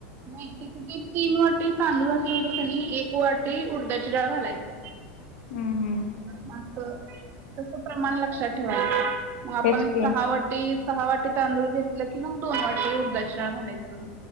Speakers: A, on the right (about 40°); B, on the left (about 80°).
A: नाही त्याच्यात ते तीन वाटी तांदूळ असल तर त्यांनी एक वाटी उडदाची डाळ घालायच
B: हम्म हम्म
A: म असं तसं प्रमाण लक्षात ठेवायचं, म आपण
B: तेच की
A: सहा वाटी सहा वाटी तांदूळ घेतलं की मग दोन वाटी उडदाची डाळ घालायचं,